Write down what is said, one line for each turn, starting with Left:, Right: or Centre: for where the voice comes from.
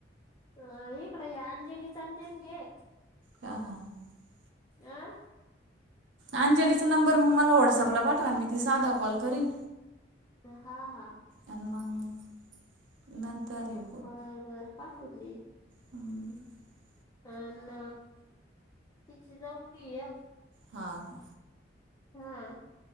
Left: अह इकड अंजली चालते ना घे.
Right: <inaudible>
Left: आं.
Right: अंजलीचा नंबर मग मला व्हॉट्सअपला पाठवान मी ती साधा कॉल करीन.
Left: हा हा.
Right: आणि मग नंतर
Left: हम्म
Right: हे
Left: बरं बरं पाठवून देईल.
Right: ह <inaudible>
Left: अ न तिची जाऊ बी आहे एक.
Right: हां का
Left: हम्म.